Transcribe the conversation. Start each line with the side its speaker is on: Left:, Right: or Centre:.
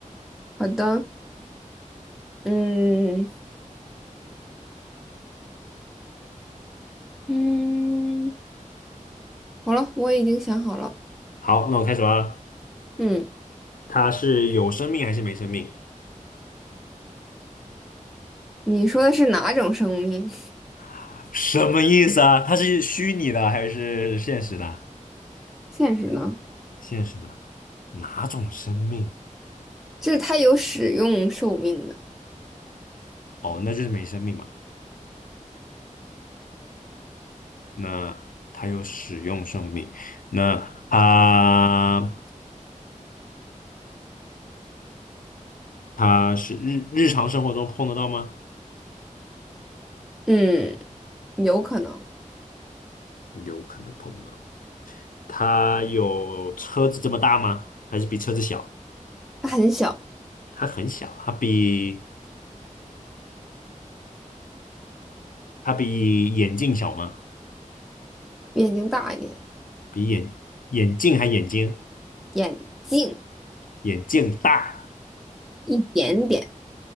Centre: 好的，嗯嗯，好了，我已经想好了。
Left: 好，那我开始啦。
Centre: 嗯，
Left: 它是有生命还是没生命？
Centre: 你说的是哪种生命？
Left: <laughs> 什么意思啊？它是虚拟的还是现实的？
Centre: <laughs> 现实呢？
Left: 现实的，哪种生命？
Centre: 就是它有使用寿命的。
Left: 哦，那就是没生命嘛。那它有使用生命，那它它是日日常生活中碰得到吗？
Centre: 嗯，有可能
Left: 有可能碰得到。它有车子这么大吗？还是比车子小？
Centre: 它很小，
Left: 它很小，它比它比眼镜小吗？
Centre: 比眼睛大一点，
Left: 比眼眼镜还眼睛
Centre: 眼镜
Left: 眼镜大。
Centre: 一点点。